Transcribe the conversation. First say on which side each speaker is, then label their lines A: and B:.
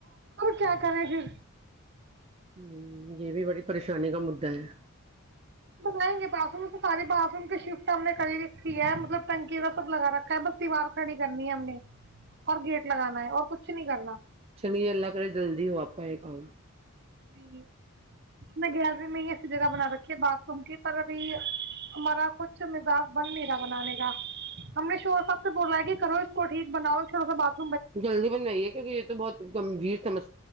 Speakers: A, on the right; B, on the right.
A: کیا کرے پھر
B: ہ یہ بھی بڑی پریشانی کا مدا ہے
A: بنائیں گے باتھ روم تو سارے باتھ روم کے شفٹ ہم نے کی رکھی ہے مطلب ٹنکی کا سب لگا رکھا ہے بس سوار کھڑی کرنی ہے ہم نے اور گیٹ لگانا ہے اور کچھ نہیں کرنا
B: چلیے اللہ کرے جلدی ہو آپ کا یہ کام
A: جی نے گیال میں ہی ایسی جگہ بنا رکھی باتھ روم کی پر ابھی ہمارا کچھ مزاج بند نہیں تھا بنانے کا ہم نے شوہر صاحب سے بولا ہے کہ کرو اس کو ٹھیک بناؤ چھوٹا سا بات
B: جلدی بن جائیے کیونکہ یہ تو بہت گمبھیرم